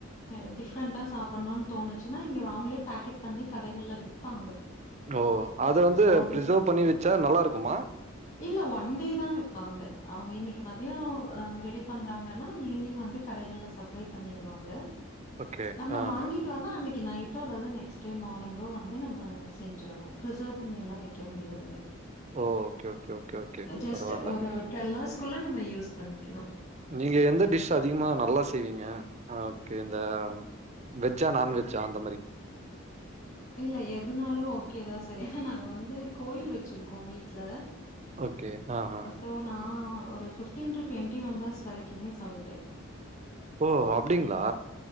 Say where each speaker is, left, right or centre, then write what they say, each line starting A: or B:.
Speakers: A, on the left; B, on the right.
A: அ டிஃப்ரெண்டா சாப்பட்ணும்னு தோணுச்சுன்னா இங்க அவங்களே பேக்கெட் பண்ணி கடைகள்ல விப்பாங்க
B: ஓ அத வந்து
A: அது
B: பிரிசர்வ் பண்ணி வச்சா நல்லா இருக்குமா
A: இல்ல ஒன் டே தா விப்பாங்க அவங்க இன்னைக்கு மதியம் ரெடி பண்றாங்கன்னா ஈவினிங் வந்து கடைகள்ல சப்ளை பண்ணிருவாங்க
B: ஓகே
A: நம்ம
B: ஆ
A: வாங்கிட்
B: ஆ
A: டோன்னா அன்னைக்கு நைட்டோ அல்லது நெக்ஸ் டே மார்னிங்கோ வந்து நம்ம செஞ்சிரணு பிரிசர்வ் பண்ணி எல்லா வெக்க முடியாதுங்க
B: ஓ ஓகே ஓகே ஓகே ஓகே
A: அ ஜஸ்ட்
B: பரவால்ல
A: ஒரு டுவெல் ஹார்ஸ்குள்ள நம்ம யூஸ் பண்ணிக்கணு
B: நீங்க எந்த டிஷ் அதிகமா நல்லா செய்வீங்க ஓக்கே இந்த வெஜ்ஜா நான் வெஜ்ஜா அந்த மாறி
A: இல்ல எதுனாலு ஓக்கே தா சார் ஏன்னா நாங்க வந்து கோயில் வச்சிருக்கோ வீட்ல
B: ஓக்கே ஆ ஹா
A: சோ நா ஒரு ஃபிப்டீன் டு டு்வெண்ட்டி மெம்பர்ஸ் வரைக்குமே சமைப்பே
B: ஓ அப்டிங்ளா